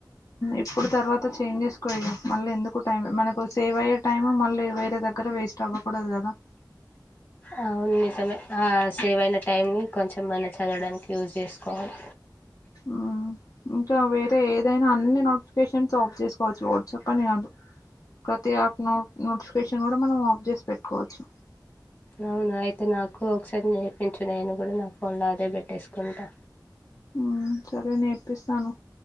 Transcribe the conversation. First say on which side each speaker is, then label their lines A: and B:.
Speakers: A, on the left; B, on the left.
A: ఇప్పుడు తర్వాత చేంజ్ చేసుకో ఇగ మళ్ళీ ఎందుకు టైం మనకు సేవ్ అయ్యె టైము మళ్ళీ వేరే దగ్గర వే వేస్ట్ అవ్వకూడదు కదా
B: ఆ అది నిజమే ఆ సమయం సేవ్ అయిన టైంని కొంచెం మన్న చదవడానికి యూస్ చేసుకోవాలి
A: మ్మ్ ఇంకా వేరే ఏదైనా అన్ని నోటిఫికేషన్స్ ఆఫ్ చేసుకోవచ్చు ఒక్కటి అని కాదు ప్రతి యాప్ నో నోటిఫికేషన్ కూడా మనం ఆఫ్ చేసి పెట్టుకోవచ్చు
B: అవున అయితే నాకు ఒకసారి నేర్పించువా నేను కూడా నా ఫోన్ లో అదే పెట్టేసుకుంటా
A: మ్మ్ సరే నేర్పిస్తాను